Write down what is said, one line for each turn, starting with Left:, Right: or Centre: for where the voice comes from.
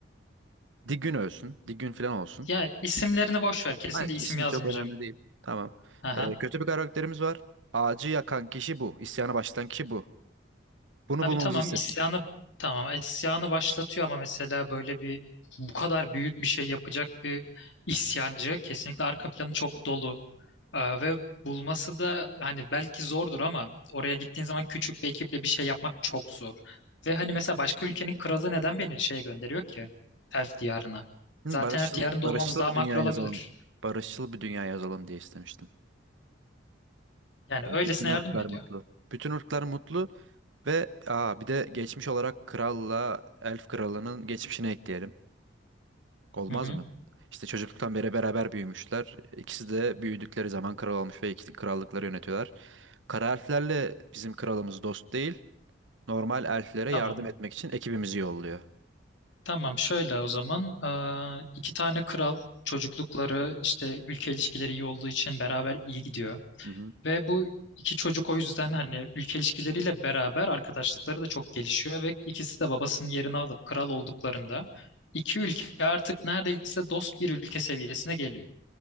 Right: Digün olsun. Digün falan olsun.
Left: Ya isimlerini boş ver. Kesinlikle
Right: Hayır,
Left: isim
Right: ismi
Left: yazmayacağım.
Right: çok önemli değil. Tamam.
Left: Aha.
Right: Ee, kötü bir karakterimiz var. Ağacı yakan kişi bu. İsyana başlatan kişi bu. Bunu
Left: Abi
Right: bulmamızı
Left: tamam
Right: istesin.
Left: isyanı tamam isyanı başlatıyor ama mesela böyle bir bu kadar büyük bir şey yapacak bir isyancı kesinlikle arka planı çok dolu. Ee, ve bulması da hani belki zordur ama oraya gittiğin zaman küçük bir ekiple bir şey yapmak çok zor. Ve hani mesela başka ülkenin kralı neden beni şeye gönderiyor ki? Elf diyarına.
Right: Hı,
Left: Zaten
Right: barışçıl,
Left: Elf diyarında
Right: barışçıl
Left: olmamız daha
Right: bir
Left: makul
Right: dünya
Left: olabilir.
Right: yazalım. Barışçıl bir dünya yazalım diye istemiştim.
Left: Yani
Right: Böyle
Left: öylesine
Right: bütün ırklar
Left: yardım mı ediyor?
Right: mutlu. Bütün ırklar mutlu ve aa, bir de geçmiş olarak kralla elf kralının geçmişini ekleyelim. Olmaz
Left: Hı hı.
Right: mı? İşte çocukluktan beri beraber büyümüşler. İkisi de büyüdükleri zaman kral olmuş ve iki krallıkları yönetiyorlar. Kara elflerle bizim kralımız dost değil. Normal elflere
Left: Tamam.
Right: yardım etmek için ekibimizi yolluyor.
Left: Tamam şöyle o zaman eee, iki tane kral çocuklukları işte ülke ilişkileri iyi olduğu için beraber iyi gidiyor.
Right: Hı hı.
Left: Ve bu iki çocuk o yüzden hani ülke ilişkileriyle beraber arkadaşlıkları da çok gelişiyor ve ikisi de babasının yerini alıp kral olduklarında iki ülke artık neredeyse dost bir ülke seviyesine geliyor.